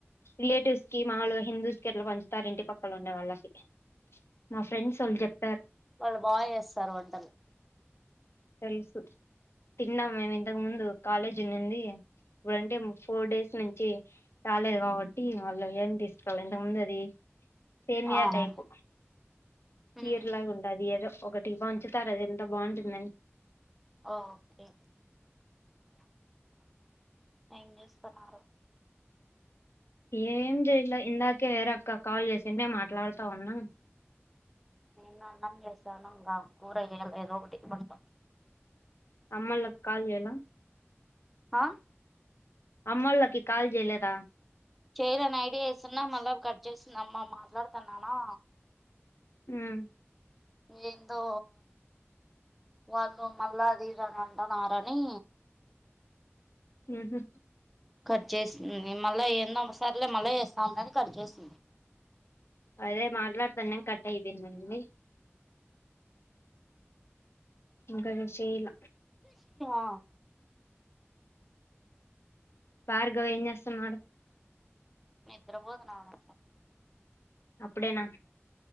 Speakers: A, on the left (about 65°); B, in the centre.
A: రిలేటివ్స్ కి మాములుగా హిందూస్ కి అట్ల పంచుతారు ఇంటి పక్కల ఉండ వాళ్ళకి మా ఫ్రెండ్స్ల్ వోల్ చెప్
B: వాళ్ళు బా ఏస్తారు వంటలు
A: తెలుసు తిన్నాం మేము ఇంతకు ముందు కాలేజ్ ఉన్నింది ఇప్పుడంటే ఫోర్ డేస్ నుంచి రాలేదు కాబట్టి వాళ్ళు ఏమి తీసుకోలే దొందది సేమయా
B: ఆహా
A: టైపు చీర్లాగా
B: మ్మ్
A: ఉంటాది ఏదో ఒకటి పంచుతారు అది ఎంత బాగుంటుందం
B: ఓకె ఏం చేస్తున్నారు
A: ఏం చెయలే ఇందాకే వేరే అక్క కాల్ చేసింది మాట్లాడతా ఉన్న
B: నేను అన్నం చేసాను ఇంగ కూర చేయలేదు ఒకటి బంట
A: అమ్మళ్ళకు కాల్ చేయల
B: అ
A: అమ్మళ్ళకి కాల్ చేయలేదా
B: చేయలే నైట్ చేస్తునా మళ్ళా కట్ చేస్తుందమ్మా మాట్లాడుతున్నానా
A: ఉమ్
B: ఏందో వాళ్ళు మళ్ళా అది ఇదని అంటన్నారని
A: ఉహు
B: కట్ చేసిం నేన్ మళ్ళ చేయన్న ఒ సార్లే మళ్ళ చేస్తాన్నది కట్ చేసింది
A: అదే మాట్లాడతన్నాం కట్ అయింపియనంది ఇంకా చేయల
B: ఆ
A: భార్గవ్ ఏం చేస్తున్నాడు
B: నిద్రపోతున్నాడు
A: అప్పుడేనా